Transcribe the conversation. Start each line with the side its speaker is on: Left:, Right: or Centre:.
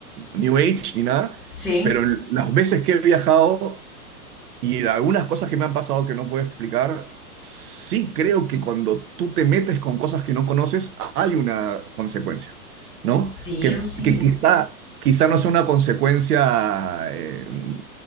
Right: New Age ni nada,
Centre: sí,
Right: pero l- las veces que he viajado y algunas cosas que me han pasado que no puedo explicar, sí creo que cuando tú te metes con cosas que no conoces, hay una consecuencia, ¿no?
Centre: sí
Right: Que,
Centre: o sí.
Right: que quizá, quizá no sea una consecuencia eh,